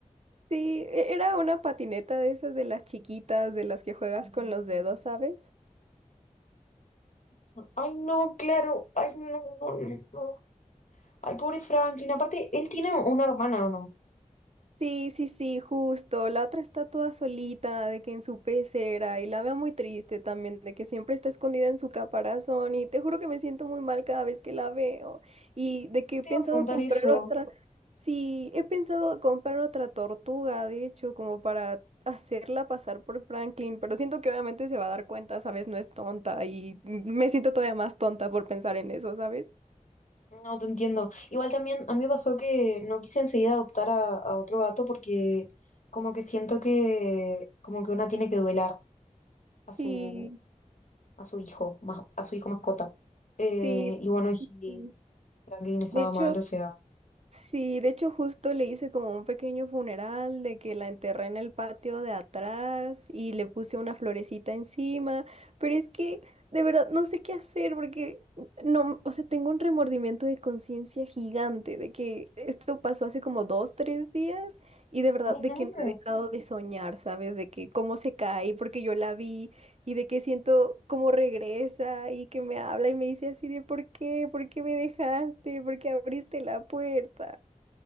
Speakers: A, on the right; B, on the left.
A: Sí, e- era una patineta de esas de las chiquitas, de las que juegas con los dedos, ¿sabes?
B: o- Ay, no, claro, ay, no, no, no, no. Ay, pobre Franklin. Aparte, él tiene una hermana, ¿o no?
A: Sí, sí, sí, justo. La otra está toda solita, de que en su pecera, y la veo muy triste también, de que siempre está escondida en su caparazón, y te juro que me siento muy mal cada vez que la veo, y de que he
B: Te
A: pensado
B: iba a preguntar
A: comprar
B: eso.
A: otra, sí, he pensado comprar otra tortuga, de hecho, como para hacerla pasar por Franklin, pero siento que obviamente se va a dar cuenta, ¿sabes? No es tonta, y me siento todavía más tonta por pensar en eso, ¿sabes?
B: No, te entiendo. Igual también a mí me pasó que no quise enseguida adoptar a, a otro gato porque como que siento que como que una tiene que duelar a su
A: Sí,
B: a su hijo, más, a su hijo mascota. Eh,
A: sí.
B: y bueno, y
A: sí.
B: Franklin estaba
A: De hecho...
B: mal, o sea.
A: Sí, de hecho justo le hice como un pequeño funeral de que la enterré en el patio de atrás y le puse una florecita encima, pero es que de verdad no sé qué hacer porque no, o sea, tengo un remordimiento de conciencia gigante de que esto pasó hace como dos, tres días y de verdad
B: Ay,
A: de
B: no.
A: que no he dejado de soñar, ¿sabes? De que cómo se cae porque yo la vi y de que siento como regresa y que me habla y me dice así de ¿por qué? ¿Por qué me dejaste? ¿Por qué abriste la puerta?